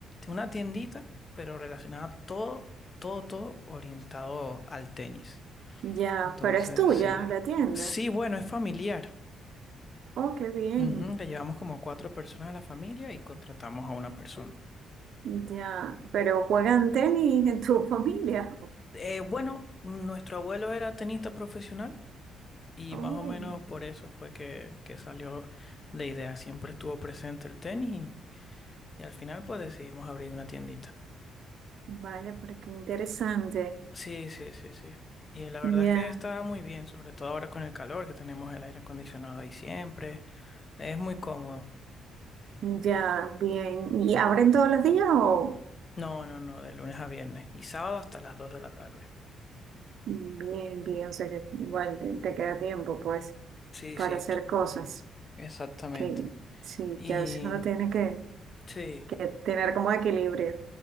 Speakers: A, on the left; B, on the right.
A: una tiendita, pero relacionada a todo, todo, todo orientado al tenis.
B: ya,
A: Entonces,
B: pero es tuya
A: sí.
B: la tienda.
A: Sí, bueno, es familiar.
B: Oh, qué bien.
A: Ujú, Le llevamos como cuatro personas a la familia y contratamos a una persona.
B: Ya, pero juegan tenis <laughs> en tu familia.
A: Eh, bueno, nuestro abuelo era tenista profesional. Y
B: Oh,
A: más o menos por eso fue que, que salió la idea. Siempre estuvo presente el tenis y, y al final pues decidimos abrir una tiendita.
B: vale, pero qué interesante.
A: Sí, sí, sí, sí. Y la verdad
B: Ya,
A: es que está muy bien, sobre todo ahora con el calor, que tenemos el aire acondicionado ahí siempre. Es muy cómodo.
B: ya, bien. ¿Y abren todos los días o?
A: No, no, no, de lunes a viernes y sábado hasta las dos de la tarde.
B: Bien, bien, o sea que igual te, te queda tiempo pues
A: Sí,
B: para
A: sí,
B: hacer
A: cl-
B: cosas.
A: exactamente.
B: Que, sí,
A: Y
B: que a veces uno tiene que,
A: sí,
B: que tener como equilibrio.